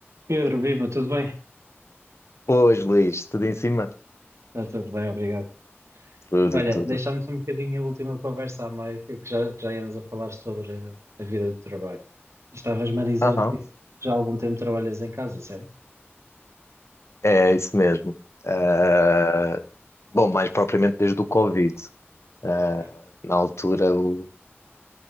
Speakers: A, on the right; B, on the left.
A: Pedro, viva, tudo bem?
B: Pois, Luís, tudo em cima?
A: Está tudo bem, obrigado.
B: Tudo,
A: Olha,
B: tudo.
A: deixámos um bocadinho a última conversa à meio, que que já, que já íamos a falar sobre a vida do trabalho. Estavas-me a dizer
B: Aham,
A: que já há algum tempo trabalhas em casa, certo?
B: é isso mesmo. Ah, bom, mais propriamente desde o Covid. Ah,
A: Ok.
B: na altura, o,